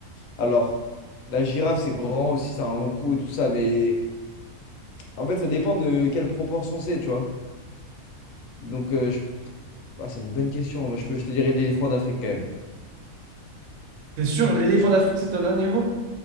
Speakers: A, on the left; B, on the right.
A: Alors, la girafe, c'est grand aussi, ça a un long cou et tout ça, mais en fait, ça dépend de quelle proportion c'est, tu vois. Donc, euh, je- ah, c'est une bonne question. Moi, je, peux- je te dirais l'éléphant d'Afrique quand même.
B: T'es sûr, l'éléphant d'Afrique, c'est un animal?